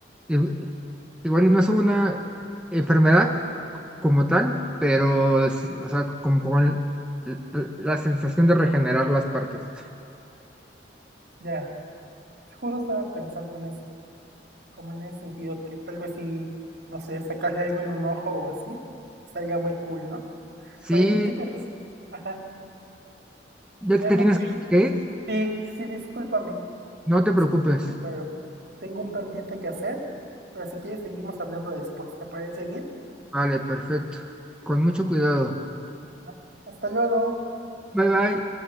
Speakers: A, in the centre; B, on the right.
A: Y- y- igual y no es una enfermedad como tal, pero, sí, o sea, como con l- l- la sensación de regenerar las partes.
B: ya. Justo estaba pensando en eso, como en ese sentido, que tal vez si, no sé, sacarle algo en un ojo o así, estaría muy cool, ¿no?
A: Sí,
B: Pero oye, ¿qué crees? <laughs>
A: ya
B: Ya
A: te
B: me...
A: tienes que ir.
B: Sí, sí, discúlpame.
A: No te
B: Discúlpame,
A: preocupes.
B: pero tengo un pendiente que hacer. Pero si quieres, seguimos hablando después. ¿Te parece bien?
A: Vale, perfecto. Con mucho cuidado.
B: Vale. Hasta luego.
A: Bye bye.